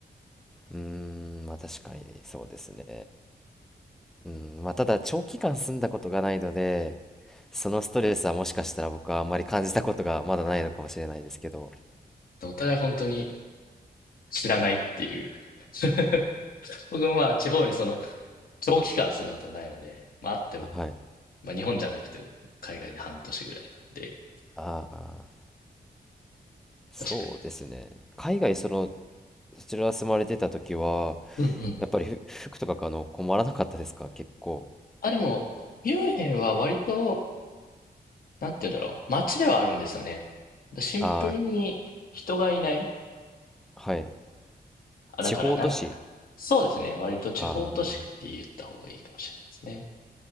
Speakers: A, in the centre; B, on the left.
A: うーん、まあ、確かにそうですね。うん、まあ、ただ長期間住んだことがないので、そのストレスはもしかしたら僕はあんまり感じたことがまだないのかもしれないですけど。
B: うんお互い本当に知らないっていう。<laughs> 僕もまあ地方にその長期間住んだことはないので、まああっても、
A: はい。
B: まあ日本じゃなくて海外で半年ぐらいなんで、
A: ああ、そうですね。
B: 確かに。
A: 海外、その、そちら住まれてた時は、
B: うんうん。
A: やっぱりふ服とか買うの困らなかったですか結構。
B: あ、でも、ミュンヘンは割と、なんて言うんだろう、街ではあるんですよね。シンプルに人がいない。
A: ああ、はい。
B: あ、だからなんか、
A: 地方都市。
B: そうですね。割と地方都市区って言った方がいいかもしれないですね。
A: ああ、